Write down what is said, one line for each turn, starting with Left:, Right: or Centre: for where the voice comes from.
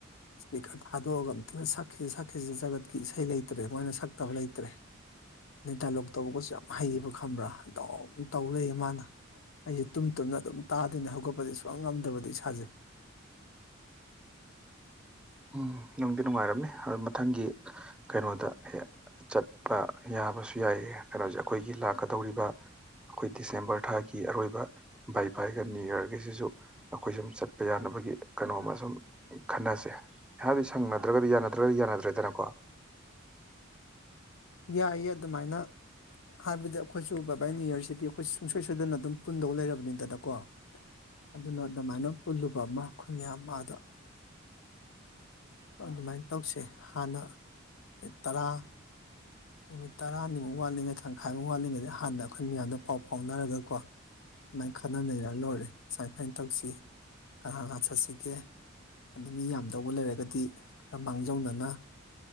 Left: ꯏꯁꯄꯤꯀꯔ ꯊꯥꯗꯣꯛꯑꯒ ꯌꯥꯝ ꯊꯤꯅꯥ ꯁꯛꯈꯤꯁꯤ ꯁꯛꯈꯤꯁꯤꯅꯥ ꯖꯒꯠꯀꯤ ꯏꯁꯩ ꯂꯩꯇ꯭ꯔꯦ ꯃꯣꯏꯅ ꯁꯛꯇꯕ ꯂꯩꯇ꯭ꯔꯦ ꯑꯗ ꯗꯥꯏꯂꯣꯛ ꯇꯧꯕꯒꯁꯨ ꯌꯥꯝ ꯍꯩꯌꯦꯕ ꯈꯪꯕꯔꯥ ꯑꯗꯨꯝ ꯇꯧ ꯂꯩꯌꯦ ꯏꯃꯥꯅ ꯑꯩꯁꯦ ꯇꯨꯝ ꯇꯨꯝꯅ ꯑꯗꯨꯝ ꯇꯥꯗꯣꯏꯅꯦ ꯍꯧꯒꯠꯄꯗꯤ ꯁꯨꯡꯉꯥꯝ ꯉꯝꯗꯕꯗꯣ ꯏꯁꯥꯖꯦ
Centre: ꯎꯝ ꯅꯪꯗꯤ ꯅꯨꯡꯉꯥꯏꯔꯝꯅꯤ ꯑꯗꯨ ꯃꯊꯪꯒꯤ ꯀꯩꯅꯣꯗ ꯍꯦꯛ ꯆꯠꯄ ꯌꯥꯕꯁꯨ ꯌꯥꯏ ꯀꯩꯅꯣꯁꯦ ꯑꯩꯈꯣꯏꯒꯤ ꯂꯥꯛꯀꯗꯧꯔꯤꯕ ꯑꯩꯈꯣꯏ ꯗꯤꯁꯦꯝꯕꯔ ꯊꯥꯒꯤ ꯑꯔꯣꯏꯕ ꯕꯥꯏ ꯕꯥꯏꯒ ꯅ꯭ꯌꯨ ꯌꯔꯒꯤꯁꯤꯁꯨ ꯑꯩꯈꯣꯏ ꯁꯨꯝ ꯆꯠꯄ ꯌꯥꯅꯕꯒꯤ ꯀꯩꯅꯣꯝꯃ ꯁꯨꯝ ꯈꯟꯅꯁꯦ ꯍꯥꯏꯕꯗꯤ ꯁꯪꯅꯗ꯭ꯔꯒꯗꯤ ꯌꯥꯅꯗ꯭ꯔꯒꯗꯤ ꯌꯥꯅꯗ꯭ꯔꯦꯗꯅꯀꯣ
Left: ꯌꯥꯏꯌꯦ ꯑꯗꯨꯃꯥꯏꯅ ꯍꯥꯏꯕꯗꯤ ꯑꯩꯈꯣꯏꯁꯨ ꯕꯥ ꯕꯥꯏ ꯅꯤꯨ ꯌꯔꯁꯤꯗꯤ ꯑꯩꯈꯣꯏ ꯁꯨꯡꯁꯣꯏ ꯁꯣꯏꯗꯅ ꯑꯗꯨꯝ ꯄꯨꯟꯗꯧ ꯂꯩꯔꯕꯅꯤꯗꯅꯀꯣ ꯑꯗꯨꯅ ꯑꯗꯨꯃꯥꯏꯅ ꯄꯨꯜꯂꯨꯕ ꯑꯃ ꯑꯩꯈꯣꯏ ꯃ ꯃꯥꯗ ꯑꯗꯨꯃꯥꯏꯅ ꯇꯧꯁꯦ ꯍꯥꯟꯅ ꯇꯔꯥ ꯅꯨꯃꯤꯠ ꯇꯔꯥꯅꯤꯃꯨꯛ ꯋꯥꯠꯂꯤꯉꯩ ꯊꯥꯈꯥꯏꯃꯨꯛ ꯋꯥꯠꯂꯤꯉꯩꯗ ꯍꯥꯟꯅ ꯑꯩꯈꯣꯏ ꯃꯌꯥꯝꯗ ꯄꯥꯎ ꯐꯥꯎꯅꯔꯒ ꯀꯣ ꯁꯨꯃꯥꯏꯅ ꯈꯟꯅ ꯅꯩꯅꯔ ꯂꯣꯏꯔꯦ ꯁꯨꯃꯥꯏꯅ ꯁꯨꯃꯥꯏꯅ ꯇꯧꯁꯤ ꯀꯅꯥ ꯀꯅꯥ ꯆꯠꯁꯤꯒꯦ ꯑꯗ ꯃꯤ ꯌꯥꯝꯗꯧꯕ ꯂꯩꯔꯒꯗꯤ ꯈꯔ ꯃꯥꯡꯖꯧꯅꯅ